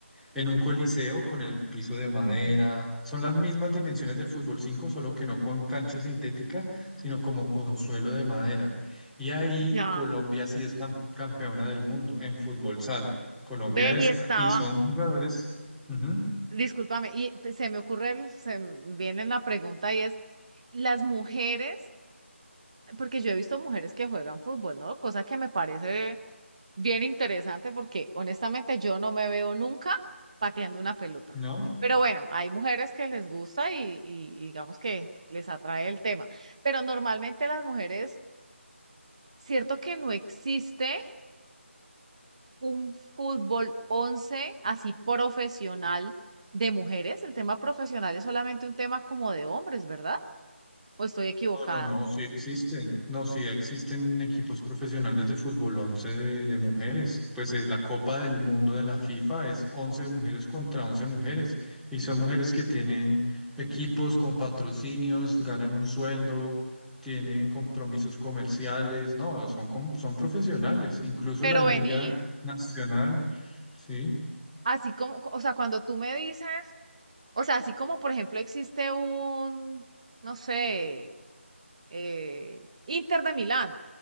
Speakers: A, in the centre; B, on the right (about 30°).
A: en un coliseo con el piso de madera.
B: ujú,
A: Son las mismas dimensiones del fútbol 5 solo que no con cancha sintética, sino como con suelo de madera. Y ahí
B: ya.
A: Colombia sí es cam- campeona del mundo en fútbol sala. Colombia
B: Ve
A: es,
B: y estaba,
A: y son jugadores, ujú,
B: discúlpame, y se me ocurre, el- se me viene la pregunta y es, las mujeres, porque yo he visto mujeres que juegan fútbol, ¿no? Cosa que me parece bien interesante porque honestamente yo no me veo nunca pateando una pelota.
A: ¿no?
B: Pero bueno, hay mujeres que les gusta y, y digamos que les atrae el tema. Pero normalmente las mujeres, cierto que no existe un fútbol 11 así profesional de mujeres. El tema profesional es solamente un tema como de hombres, ¿verdad? ¿O estoy equivocada?
A: No, no, no, sí existen, no, sí existen equipos profesionales de fútbol 11 de, de mujeres. Pues eh, la Copa del Mundo de la FIFA es 11 mujeres contra 11 mujeres y son mujeres que tienen equipos con patrocinios, ganan un sueldo, tienen compromisos comerciales, no, son, com- son profesionales, incluso
B: Pero
A: la Liga
B: vení,
A: Nacional, sí,
B: así como, o sea, cuando tú me dices, o sea, así como por ejemplo existe un no sé, eh, Inter de Milán.